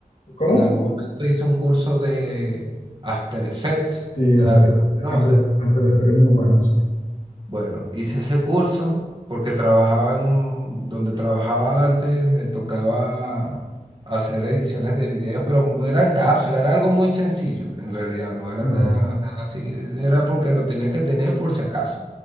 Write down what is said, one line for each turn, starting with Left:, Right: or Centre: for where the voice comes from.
Left: ¿cómo?
Right: en algún momento hice un curso de After Effects,
Left: Sí,
Right: ¿sabes?
Left: After,
Right: ¿Lo conoces?
Left: After, After Effects es muy bueno, sí.
Right: Bueno, hice ese curso porque trabajaba en un, donde trabajaba antes, me tocaba hacer ediciones de videos, pero eran cápsulas, era algo muy sencillo, en realidad, no era
Left: Ya,
Right: nada, nada así, era porque lo tenía que tener por si acaso.